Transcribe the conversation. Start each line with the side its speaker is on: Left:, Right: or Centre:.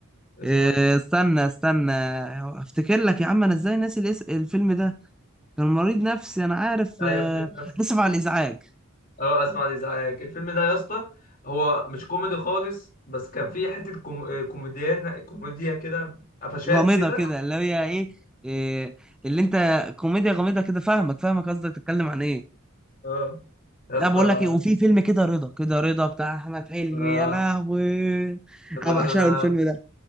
Left: اسمه
Centre: آه،
Left: ايه؟
Centre: استنى استنى افتكر لك يا عم انا ازاي ناسي الاس- الفيلم ده كان مريض نفسي انا عارف
Left: ايوه
Centre: آه،
Left: مريض نفسي
Centre: اسف على الازعاج
Left: اه اسف على الازعاج الفيلم ده يا اسطى هو مش كوميدي خالص بس كان فيه حتة كوم... آه، كوميديان كوميديا كده قفشات
Centre: غامضه
Left: كده
Centre: كده اللي هي ايه آه، اللي انت كوميديا غامضه كده فاهمك فاهمك قصدك تتكلم عن ايه
Left: اه يا
Centre: لا
Left: اسطى
Centre: بقول لك ايه وفي فيلم كده رضا كده رضا بتاع احمد حلمي
Left: آه،
Centre: يا لهوي
Left: كده
Centre: انا
Left: رضا
Centre: بعشقه
Left: ده
Centre: الفيلم ده